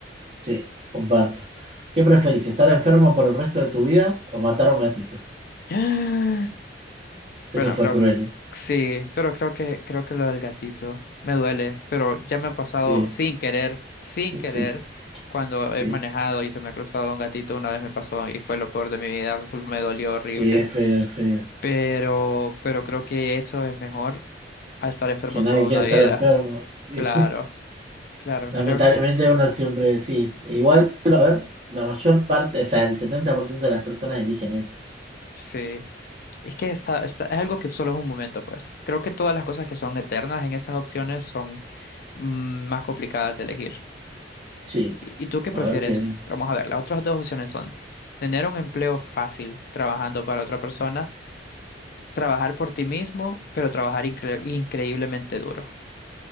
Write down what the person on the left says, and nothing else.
<gasps>
Bueno,
creo,
sí, pero creo que, creo que lo del gatito me duele, pero ya me ha pasado
sin querer, sin querer,
cuando he
manejado y se me ha cruzado un gatito, una vez me pasó y fue lo peor de mi vida, fue- me dolió horrible,
pero, pero creo que eso es mejor a estar enfermo
toda
una vida.
Claro, claro,
creo que
sí. Es que está, está, es algo que solo es un momento, pues. Creo que todas las cosas que son eternas en estas opciones son mm, más complicadas de elegir.
¿Y y tú qué prefieres?
Vamos a ver, las otras dos opciones son tener un empleo fácil trabajando para otra persona, trabajar por ti mismo, pero trabajar incre- increíblemente duro.